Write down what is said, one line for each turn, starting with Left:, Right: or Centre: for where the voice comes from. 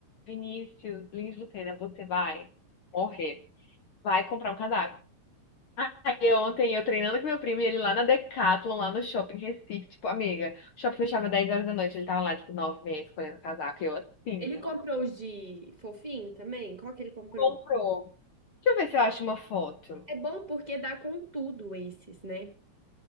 Left: Vinícius Lins Lucena, você vai morrer. Vai comprar um casaco. Aí eu, ontem eu treinando com meu primo e ele lá na Decathlon, lá no shopping em Recife, tipo, amiga, o shopping fechava 10 horas da noite, ele tava lá, tipo, 9 meia escolhendo casaco. E eu assim,
Right: Ele comprou
Left: ó.
Right: os de fofinho também? Qual que ele comprou?
Left: Comprou. Deixa eu ver se eu acho uma foto.
Right: É bom porque dá com tudo esses, né?